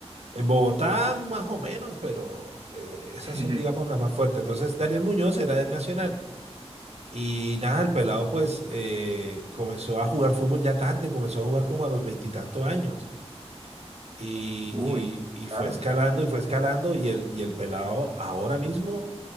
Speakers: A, on the right; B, on the right.
A: En Bogotá, más o menos, pero eh, esas
B: <laughs>
A: son, digamos, las más fuertes. Entonces, Daniel Muñoz era del Nacional. Y nada, el pelado pues eh, comenzó a jugar fútbol ya tarde, comenzó a jugar como a los veintitantos años. Y,
B: Uy,
A: y, y fue
B: tarde,
A: escalando
B: tarde.
A: y fue escalando y el, y el pelado ahora mismo